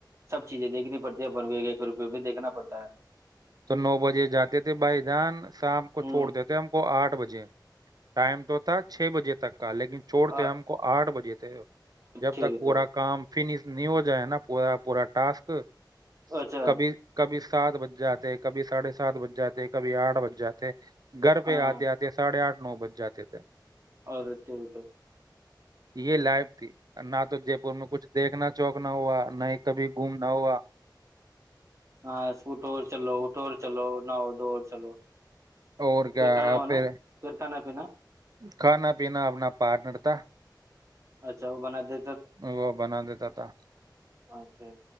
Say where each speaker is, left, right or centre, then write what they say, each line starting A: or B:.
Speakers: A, on the right; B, on the right.
A: سب چیزیں دیکھنی پڑتی ہے بن روپ بھی دیکھنا پڑتا ہے
B: تو نو بجے جاتے تھے بھائی جان شام کو
A: ہوں
B: چوڑ دیتے ہیں ہم کو آٹھ بجے ٹائم تو تھا <unintelligible> چھ بجے تک کا لیکن چھوڑتے
A: او
B: ہم کو آٹھ بجے تھے جب
A: تیری
B: تک پورا
A: تو
B: کام فنش نہیں ہو جائے نا پورا پورا ٹاسک <unintelligible>
A: اچھا
B: کبھی کبھی <unintelligible> سات بجے ب جاتے کبھی ساڑھے سات بن جاتے کبھی آٹھ بن جاتے گھر پہ
A: ہاں
B: آتے آتے ساڑھے آٹھ نو بج جاتے تھے
A: اورتی تو
B: یہ لائیف ت نہ تو جے پور میں کچھ دیکنا چوک نہ ہوا نہیں کبھی گھوم نہ ہوا
A: ہاں اسوٹ اورور چلو اٹ اور چلو ن دوور چلو
B: اور کیا
A: پھر کھانا وانا
B: پھر
A: پھر کھانا پینا
B: کھانا پینا اپنا پارٹنر تھا
A: اچھا وہ بنا دی
B: وہ بنا دیتا تھا
A: اچھا